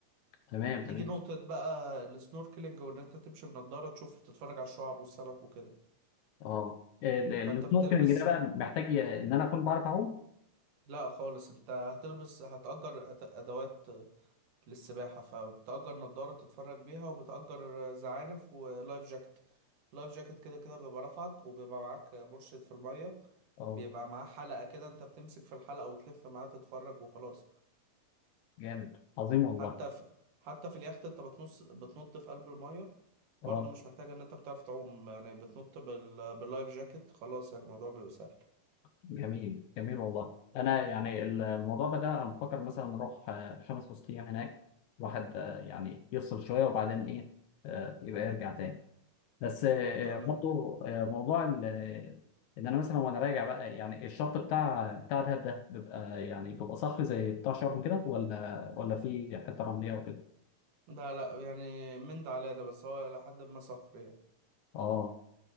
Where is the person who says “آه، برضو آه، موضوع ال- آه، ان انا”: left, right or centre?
Left